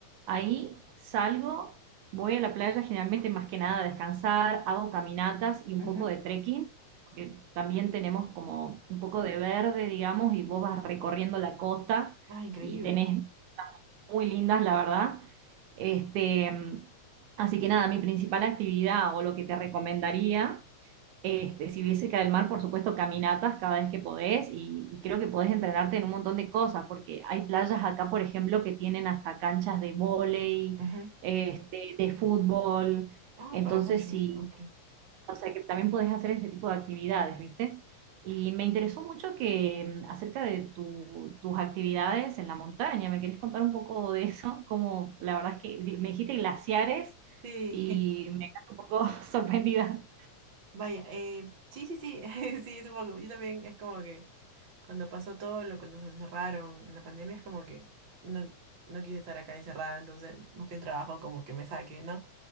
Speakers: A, on the right; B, on the right.
A: ahí salgo, voy a la playa generalmente más que nada a descansar, hago caminatas y un
B: Ujú.
A: poco de trekking, porque también tenemos como un poco de verde, digamos, y vos vas recorriendo la costa
B: Ah, increíble.
A: y tenés muy lindas, la verdad. Este, así que nada, mi principal actividad o lo que te recomendaría, este, si viviese cerca del mar, por supuesto, caminatas cada vez que podés y, y creo que podés entrenarte en un montón de cosas, porque hay playas acá, por ejemplo, que tienen hasta canchas de vóley,
B: Ujú.
A: este, de fútbol.
B: Ah,
A: Entonces,
B: para mucho.
A: si,
B: Ok.
A: o sea que también podés hacer ese tipo de actividades, ¿viste? Y me interesó mucho que mm, acerca de tu- tus actividades en la montaña, ¿me querés contar un poco de eso? <laughs> Como la verdad es que me dijiste glaciares
B: Sí,
A: y me quedé un poco <laughs> sorprendida.
B: <laughs> vaya. eh, sí, sí, sí. <laughs> Sí, supongo. Yo también es como que cuando pasó todo lo que nos encerraron en la pandemia, es como que no, no quise estar acá encerrada, entonces busqué un trabajo como que me saque, ¿no?